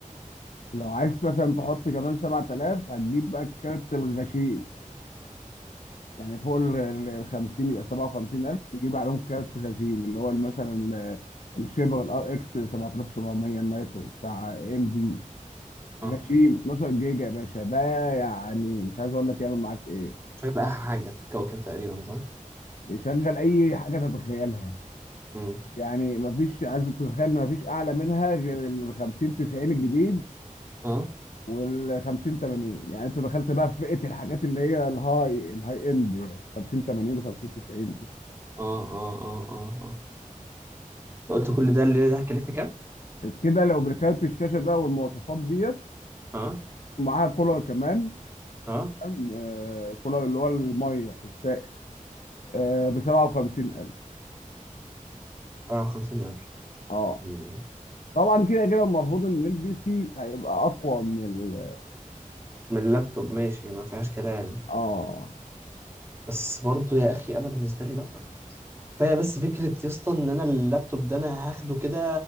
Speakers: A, on the left (about 65°); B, on the right (about 15°).
A: ولو عايز مثلا تحط كمان 7000 هتجيب بقى الكارت الغشيم يعني فوق ال ال- 50 يبقى 57000 تجيب عليهم كارت غشيم اللي هو مثلا آه، الشيبر الار اكس 7700 النايترو بتاع ام دي
B: اه
A: غشيم 12 جيجا يا باشا ده يعني مش عايز اقول لك يعمل معاك ايه
B: شغل احلى حاجه في الكوكب تقريبا صح
A: شغل اي حاجه تتخيلها
B: امم
A: يعني مفيش عايز تتخيل ان مفيش اعلى منها غير ال 50 90 الجديد
B: اه
A: وال 50 80 يعني انت دخلت بقى في فئه الحاجات اللي هي الهاي الهاي اند يعني 50 80 و 50 90 دي
B: اه اه اه اه اه أنت قلت كل ده اللي ده هكلفني كام
A: كده لو بالكارت الشاشه ده والمواصفات ديت
B: اه
A: معاها كولر كمان
B: اه
A: تمام آه كولر اللي هو الميه السائل آه ب 57000
B: اه 50000
A: اه
B: امم
A: طبعا كده كده المفروض ان البي سي هيبقى اقوى من ال
B: من اللابتوب ماشي ما فيهاش كلام
A: اه
B: بس برضه يا اخي انا بالنسبه لي لا كفايه بس فكره يا اسطى ان انا اللابتوب ده انا هاخده كده